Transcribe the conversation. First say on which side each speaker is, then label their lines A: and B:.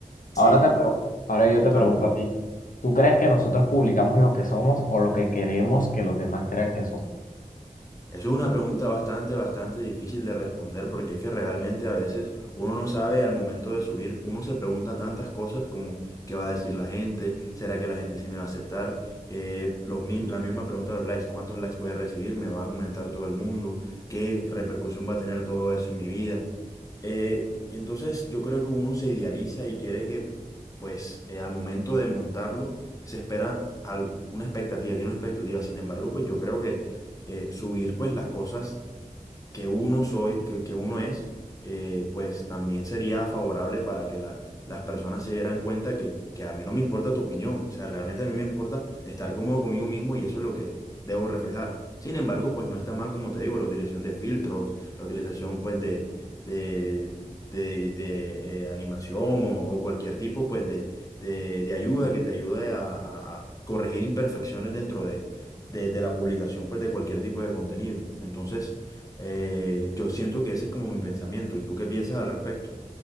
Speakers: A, on the left (about 25°); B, on the left (about 70°).
A: Sí,
B: Ahora
A: sí,
B: te pregu- ahora yo
A: sí,
B: te
A: claro,
B: pregunto
A: claro.
B: a ti, ¿tú crees que nosotros publicamos lo que somos o lo que queremos que los demás crean que somos?
A: Eso es una pregunta bastante, bastante difícil de responder porque es que realmente a veces uno no sabe al momento de subir, uno se pregunta tantas cosas como qué va a decir la gente, será que la gente sí me va a aceptar, Eh, los, mi- la misma pregunta de los likes, cuántos likes voy a recibir, me va a comentar todo el mundo, qué repercusión va a tener todo eso en mi vida. Eh, entonces yo creo que uno se idealiza y quiere que, pues, eh, al momento de montarlo, se espera algo, una expectativa, tiene una expectativa. Sin embargo, pues yo creo que eh, subir, pues, las cosas que uno soy, que, que uno es, eh, pues también sería favorable para que la- las personas se dieran cuenta que, que a mí no me importa tu opinión, o sea, realmente a mí me importa estar cómodo conmigo mismo y eso es lo que debo reflejar. Sin embargo, pues no está mal, como te digo, la utilización de filtros, la utilización pues de, de, de, de, eh, animación o, o cualquier tipo pues de, de, de ayuda que te ayude a, a- a corregir imperfecciones dentro de, de, de la publicación pues de cualquier tipo de contenido. Entonces, eh, yo siento que ese es como mi pensamiento. ¿Y tú qué piensas al respecto?